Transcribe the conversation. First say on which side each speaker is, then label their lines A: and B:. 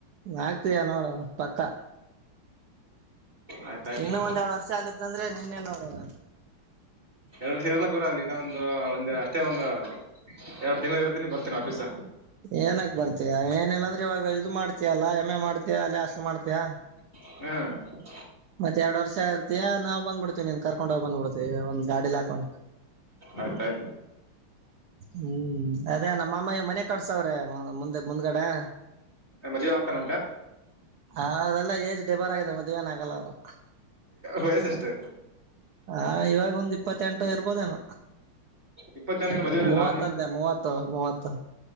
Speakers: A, on the right; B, on the right.
A: ಆಗ್ತಯಾ ನೋಡು ಪಕ್ಕ
B: ಆಯ್ತಾಯ್ತು
A: ಇನ್ನು ಒಂದ್ ಎರಡ್ ವರ್ಷ ಅಲ್ಲಿದ್ದಂದ್ರೆ ನೀನ ನ್ ನೋಡದ.
B: ಎಷ ಎಲ್ಲ ಗುರ ಅಲ್ಲಿ ನಾನ ಒಂದು ಒಂದ್ ಅಷ್ಟೇ ಒಂದು ಎರಡು ತಿಂಗ್ಗಳು ಇರುತ್ತೀನಿ ಬರ್ತೀನಿ ಆಫೀಸ್.
A: ಏನಕ್ ಬರ್ತ ಮ ಏನಿಲ್ಲ ಅಂದ್ರೆ ಇವಾಗ ಇದು ಮಾಡ್ತಯಲ್ಲಾ ಹೆಮ್ಮೆ ಮಾಡ್ತಿಯಯ ಅಲ್ಲಿ ಅಸ್ಲ್ ಮಾಡ್ತಯಾ
B: ಹ್ಮ
A: ಮತ್ತತ್ ಎರಡ್ ವರ್ಷ ಆ ಇತಿಯ ನಾವು ಬಂದ್ಬಡ್ತಿವಿ ನೀನ್ ಕರ್ಕೊಂಡ ಹೋಗು ಬಂದ್ಬಡ್ತಿವಿ ಒಂದ್ ಗಾಡಿಲಿ ಹಾಕೊಂಡ್
B: ಆಯ್ತಾಯ್ತು
A: ಹ್ಮ್ ಅದೇ ನಮ್ಮಮಾಯ ಮನೆ ಕಡ್ಸವ್ರೆ ಮುಂದೆ ಮುಂದ್ಗಡೆ.
B: ಮಜೆ ಆಗ್ತಾನ.
A: ಹ ಅದೆಲ್ಲ ಏಜ್ ಡಿಬರ್ ಆಗಿದೆ ಮದ್ವೆನ ಆಗಲ್ಲ ಅವರು.
B: ವಯಸ್ಸ ಎಷ್ಟು
A: ಹಾ ಇವಾಗ ಒಂದ್ ಇಪ್ಪತ್ತೆಂಟು ಇರ್ಬೋದೇನ.
B: ಇಪ್ಪತ್ತೊಂದಿನ ಮದ್ವೆ ಅಲ್ಲ
A: ಮೂವತ್ತ ಅಂತೆ ಮೂವತ್ತು ಮೂವತ್ತು.